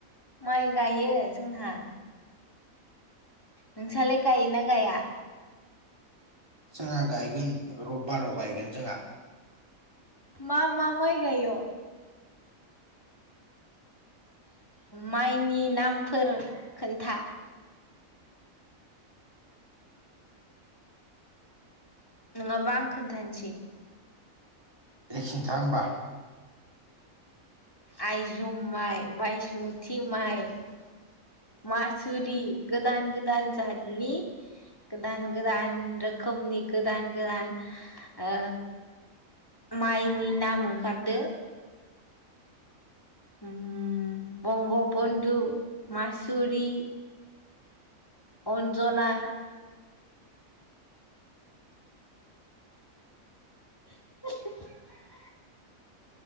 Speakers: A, on the left; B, on the right.
A: माइ गायो। जोंहा नोंसालाय गायोना गाया?
B: जोंहा गायगोन रबबाराव गायगोन जोंहा।
A: मा मा माइ गाय'? माइनि नामफोर खोन्था। नङाबा आं खोन्थानोसै।
B: दे खिन्था होमबा।
A: आइजुम माइ, माइ मोथि माइ मासुरि गोदान गोदान जादनि गोदान गोदान रो रोखोमनि गोदान गोदान ओ माइनि नाम ओंखारदो। उम बंग' बन्धु मासुरि अनजना <inaudible>